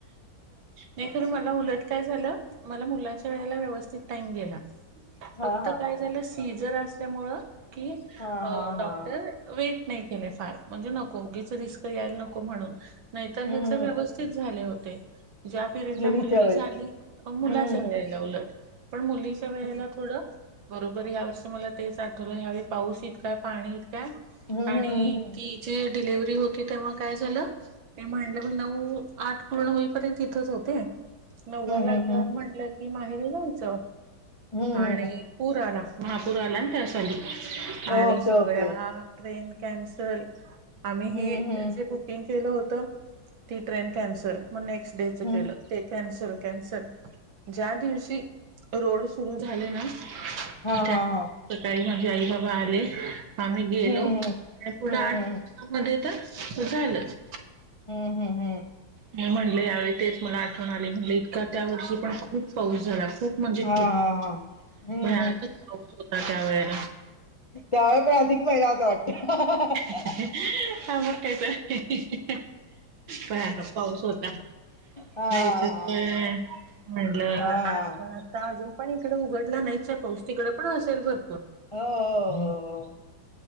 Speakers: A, on the right; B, on the left.
A: नाही खरं मला उलट काय झालं मला मुलाच्या वेळेला व्यवस्थित टाईम गेला,
B: हा
A: फक्त
B: हा
A: काय
B: हा
A: झालं सीझर असल्यामुळ ओ क
B: हा हा
A: डॉक्टर
B: हा
A: व नाही केले फार म्हणजे नको उगीच रिस्क यायला नको म्हणून नाहीतर ह्याच
B: हम्म
A: व्यवस्थित
B: हम्
A: झाले होते. ज्या पिरियड ला
B: मुलीच्या
A: मुलगी
B: वेळी
A: झाली, मुलाच्या
B: हम्म
A: वेळेला उलट पण मुलीच्या वेळेला
B: हम्म
A: थोडं बरोबर या वर्षी मला तेच आठवलं यावेळी पाऊस काय पाणी इ काय
B: हम्म
A: आणि
B: हम्म हम्म
A: ती जे डिलिव्हरी होती तेव्हा काय झालं, ते म्हलं मी नऊ आठ पूर्ण होईपर्यंत इथच होते. नव्वा लागल्यावर
B: हम्म हम्म हम्म
A: म्हणलं की माहेरी जाऊचं
B: हम्म
A: आणि
B: हम्म हम्म
A: पुर आला. महापूर आला ना त्या साली आणि
B: ओके
A: सगळ्या
B: ओके
A: ट्रेन कॅन्सल. आम्ही ही
B: हम्म हम्म
A: जे बुकिंग केलं होतं ती ट्रेन कॅन्सल मग नेक्स्ट डे चं
B: हम्म
A: केलं ते कॅन्सल कॅन्सल ज्या दिवशी रोड सुरु झाले ना
B: हा
A: त्या
B: हा हा.
A: सकाळी माझे आई बाबा आले आम्ही गेलो
B: हम्म हम्म
A: पुढ आठ
B: हम्म
A: दिव तर झालंच.
B: हम्म हम्म हम्म.
A: म्हटले यावेळी तेच मला आठवण आली म्हटले इतका त्या वर्षी पण खूप पाऊस झाला खूप म्हणजे
B: हा
A: खूप
B: हा हा हम्म
A: भयानकच पाऊस होता त्या वेळेला.
B: त्यावे पण अधिक महिना होता वाटत. <inaudible>
A: हा मग काहीतरी भयानक पाऊस होता.
B: हा हा
A: नाही तर ते
B: हा हा
A: म्हटलं
B: हा
A: आज
B: हा
A: पण आता अजून पण इकडे उघडला नाहीच पाऊस तिकडे पण असेल भर
B: हो हो हो